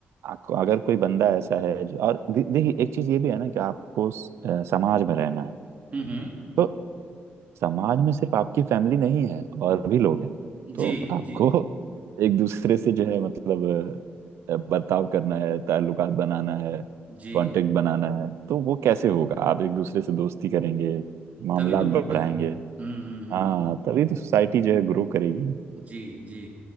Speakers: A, on the right; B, on the right.
A: आपको- अगर कोई बंदा ऐसा है जो और दे- देखिए एक चीज ये भी है ना कि आपको स- अ, समाज में रहना है
B: हम्म हम्म
A: तो समाज में सिर्फ आपकी फैमिली नहीं है और भी लोग हैं तो
B: जी
A: आपको
B: जी
A: एक दूसरे से जो है मतलब अ, बर्ताव करना है ताल्लुकात बनाना है
B: जी
A: कांटेक्ट बनाना है तो वो कैसे होगा आप एक दूसरे से दोस्ती करेंगे मामलात
B: तभी तो बढ़
A: बढ़ाएंगे
B: पाएगा हम्म हम्म हम्म हम्म।
A: हाँ तभी तो सोसाइटी जो है ग्रो करेगी
B: जी जी